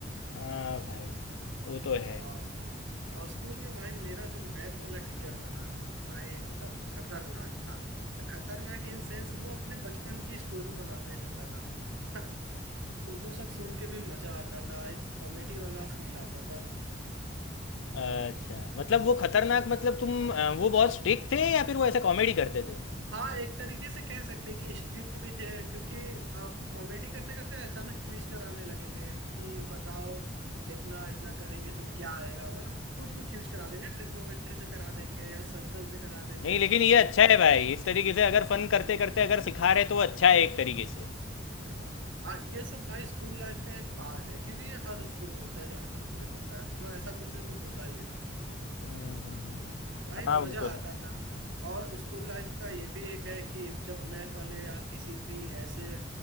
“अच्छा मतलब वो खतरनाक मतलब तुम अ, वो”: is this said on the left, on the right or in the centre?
Left